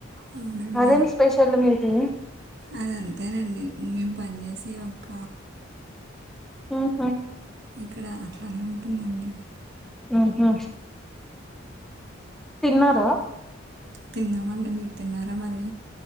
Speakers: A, on the right; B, in the centre.
A: అవునండి
B: అదేం స్పెషల్ మీది
A: అది అంతేనండి మేము పనిచేసి ఒక
B: హుహు
A: ఇక్కడ అట్లానే ఉంటుందండి
B: ఉహు తిన్నారా
A: తిన్నామండి మీరు తిన్నారా మరి